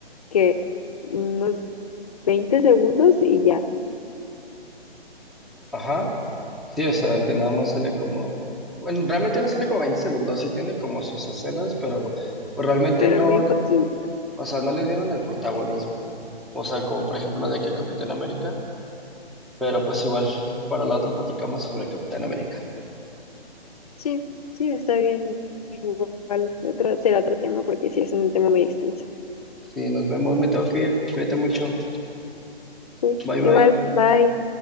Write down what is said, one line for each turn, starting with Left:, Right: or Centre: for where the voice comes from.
Left: que unos 20 segundos y ya,
Centre: Ajá. Sí, o sea, que nada más sale como, bueno, realmente no sale como 20 segundos, sí tiene como sus escenas, pero pues realmente
Left: pero
Centre: no,
Left: bien
Centre: le-
Left: poquito.
Centre: o sea, no le dieron el protagonismo. O sea, como por ejemplo de que Capitán América, pero pues igual para la otra platicamos sobre Capitán América.
Left: Sí, sí, está bien, igual, otro, será otro tema porque sí es un tema muy extenso.
Centre: Sí, nos vemos, me tengo que ir. Cuídate mucho.
Left: Sí,
Centre: Bye bye.
Left: igual, bye.